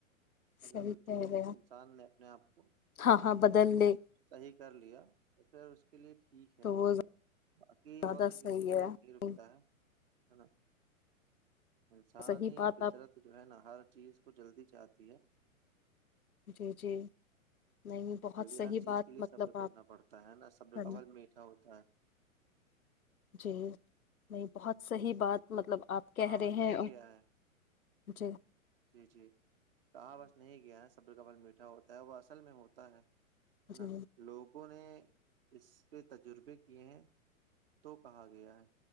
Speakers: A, on the right; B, on the left.
A: اگر
B: صحیح کہہ
A: جو
B: رہے ہیں
A: انسان نے اپنے اپ کو
B: ہاں ہاں بدل لے
A: صحیح کر لیا تو پھر اس کے لیے ٹھیک ہے
B: تو وہ
A: باقی
B: زیادہ
A: وقت
B: صحیح
A: کسی کے
B: ہے
A: لیے نہیں رکتا ہے ان کی رپورٹ ہے نا انسان
B: صحیح
A: ہی
B: بات
A: فطرت
B: آپ
A: جو ہے نا ہر چیز کو جلدی چاہتی ہے
B: جی جی نہیں بہت
A: جو بھی
B: صحیح
A: ہر چیز
B: بات
A: کے لیے
B: مطلب
A: سب نے کرنا
B: آپ
A: پڑتا ہے نا سب
B: کرنا
A: قبل میٹھا ہوتا ہے
B: جی بہت صحیح بات مطلب اپ کہہ
A: کہا
B: رہے
A: بس نہیں
B: ہیں
A: گیا ہے
B: جی
A: جی جی ہاں بس نہیں گیا صبر کور میٹھا ہوتا ہے وہ اصل میں ہو تا ہے <inaudible>
B: بہت
A: ہے
B: جی
A: نا لوگ بولے اس پہ تجربے کیے ہیں تو کہا گیا ہے